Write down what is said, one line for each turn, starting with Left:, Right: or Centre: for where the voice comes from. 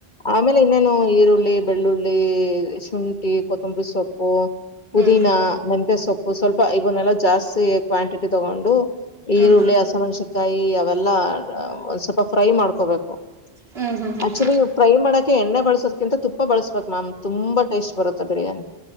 Left: ಆಮೇಲೆ ಇನ್ನೇನು ಈರುಳ್ಳಿ ಬೆಳ್ಳುಳ್ಳಿ ಶುಂಠಿ ಕೊತ್ತಂಬರಿ ಸೊಪ್ಪು ಪುದೀನಾ
Right: ಹ್ಮ್
Left: ಮಂತೆ ಸೊಪ್ಪು ಸ್ವಲ್ಪ ಇವನ್ನೆಲ್ಲಾ ಜಾಸ್ತಿ ಕ್ವಾಂಟಿಟಿ ತಗೊಂಡು
Right: ಹ್ಮ್
Left: ಈರುಳ್ಳಿ ಹಸಮೆಣ್ಸನ್ಕಾಯಿ ಅವೆಲ್ಲಾ ಒಂದ್ <unintelligible> ಸ್ವಲ್ಪ ಫ್ರೈ ಮಾಡ್ಕೋಬೇಕ. <unintelligible>
Right: ಹ್ಮ್ ಹ್ಮ್ ಹ್ಮ್
Left: ಆಕ್ಚುಲಿ
Right: ಹ್ಮ್
Left: ಫ್ರೈಮ ಮಾಡಕ ಎಣ್ಣೆ ಬಳಸ್ ದಕಿಂತ <unintelligible> ತುಪ್ಪ ಬಳಸ್ಬೇಕು ಮ್ಯಾಮ್ ತುಂಬಾ ಟೇಸ್ಟ್ ಬರುತ್ತೆ ಬಿರಿಯಾನಿ.